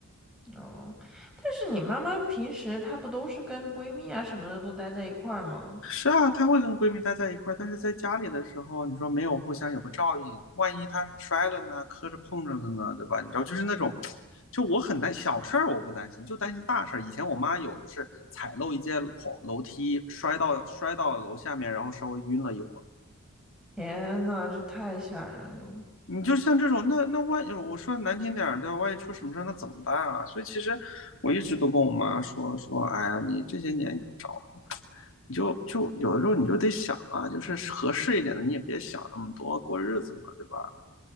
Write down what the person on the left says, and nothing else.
是啊，她会跟闺蜜待在一块儿，但是在家里的时候，你说没有互相有个照应，万一她摔了呢，磕着碰着了呢，对吧？你知道，就是那种，就我很担小事儿，我不担心，就担心大事儿。以前我妈有就是踩漏一阶楼楼梯，摔到摔到楼下面，然后稍微晕了一会儿。
你就像这种，那那万一我说难听点儿，对吧？万一出什么事儿，那怎么办啊？所以其实我一直都跟我妈说说，哎呀，你这些年你就找你就就有的时候你就得想啊，就是合适一点的，你也别想那么多，过日子嘛，对吧？